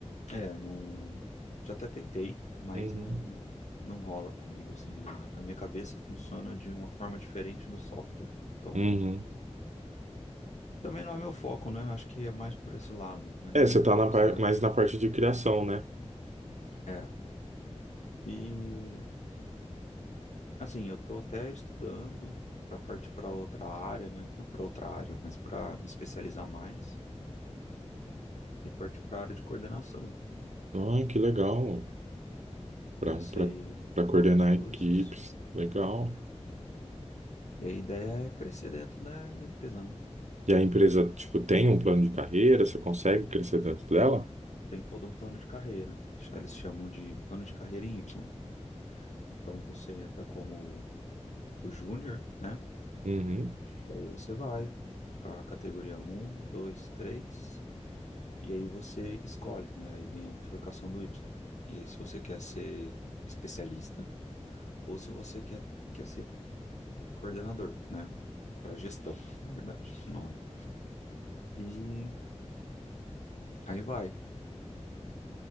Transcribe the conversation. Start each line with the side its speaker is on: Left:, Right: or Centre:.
Left: é, não, já até tentei, mas
Right: Uhum.
Left: não, não rola comigo assim. A, a minha cabeça funciona de uma forma diferente do software. Então,
Right: Uhum.
Left: Também não é meu foco, né? Acho que é mais por esse lado, mas nem,
Right: É, você tá
Left: tipo
Right: na par,
Left: assim, ah,
Right: mais na parte de criação, né?
Left: é. E, assim, eu tô até estudando para partir para outra área, né? Não para outra área, mas para me especializar mais e partir para a área de coordenação.
Right: Ah, que legal.
Left: Comecei
Right: Pra, pra, pra coordenar
Left: alguns cursos
Right: equipes, legal.
Left: e a ideia é crescer dentro da, da empresa, né?
Right: E a empresa, tipo, tem um plano de carreira, você consegue crescer dentro dela?
Left: Tem todo um plano de carreira. Eles chamam de plano de carreira em Y. Então, você entra como o júnior, né?
Right: Uhum.
Left: Daí você vai para a categoria um dois três E aí você escolhe, né? Aí vem a bifurcação do Y. E aí se você quer ser especialista ou se você quer, quer ser coordenador, né? Para gestão, na verdade, o nome. E aí vai.